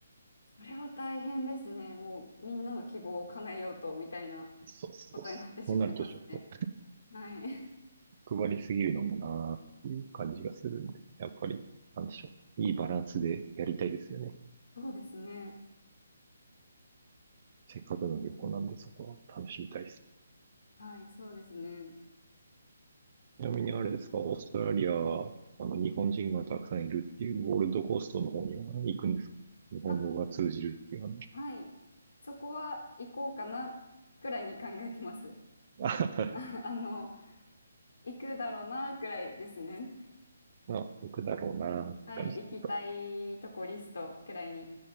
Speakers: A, on the left (about 60°); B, on the right (about 40°).
A: それは大変ですね。もうみんなの希望を叶えようとみたいな
B: そうそうそう。
A: ことになってしまいますね。
B: そうなるとちょっと
A: はい、
B: 配りすぎるのもなーっていう感じがするんで、やっぱりなんでしょう。いいバランスでやりたいですよね。
A: <laughs> そうですね。
B: せっかくの旅行なんでそこは楽しみたいですね。
A: はい、そうですね。
B: ちなみにあれですか、オーストラリア、あの、日本人がたくさんいるっていう、ゴールドコーストの方には行くんですか日本語が通じるっていう
A: あ、はい、そこは行こうかなくらいに考えてます。
B: のは、
A: <laughs> ああの、行くだろうなくらいですね。
B: <laughs> まあ、行くだろうなって感じですか
A: はい、行きたいとこリストくらいに